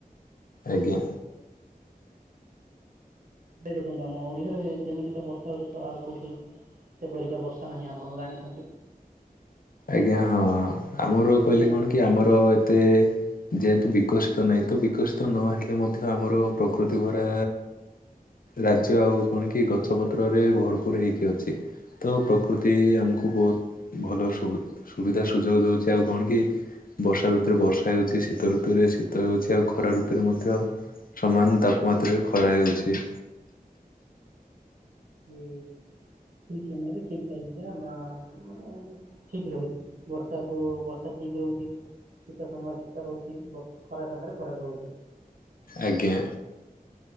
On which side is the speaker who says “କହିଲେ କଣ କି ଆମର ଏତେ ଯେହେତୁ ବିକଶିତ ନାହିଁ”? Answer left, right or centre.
Left